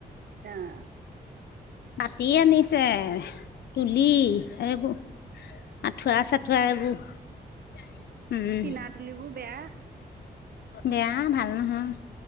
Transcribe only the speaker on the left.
মতি আনিছে তুলি এইবোৰ আঁঠুৱা চাঠুৱা এইবোৰ উম
বেয়া ভাল নহয়।